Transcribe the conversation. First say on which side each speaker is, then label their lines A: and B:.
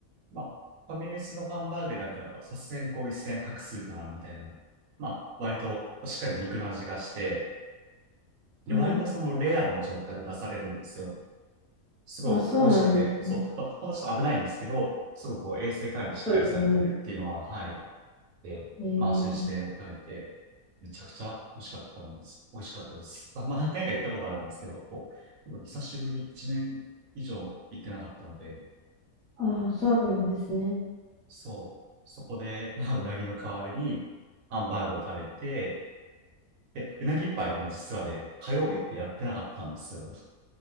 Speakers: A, on the right (about 70°); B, in the centre.
A: まあ、ファミレスのハンバーグなんかはさすがにこう一線画数かなみたいな。まあ、割としっかり肉の味がして、で、
B: はい。
A: 割とそのレアの状態で出されるんですよ。すごい美味しくて、
B: あ、そうなんですね。
A: そう、まあ、ほんとちょっと危ないんですけど、すごくこう衛生管理しっかりされてるっていうのは、
B: そうですね。
A: はい、で、
B: え
A: まあ安心して食べて、
B: ー
A: めちゃくちゃ美味しかったんです。美味しかったです。まあ、まあ何回か行ったことあるんですけど、こう、でも久しぶり、1年以上行ってなかったので、
B: ああ、そうなんですね。
A: そう、そこで、まあ、うなぎの代わりに、ハンバーグを食べて、で、うなぎパイも実はね、火曜日ってやってなかったんですよ。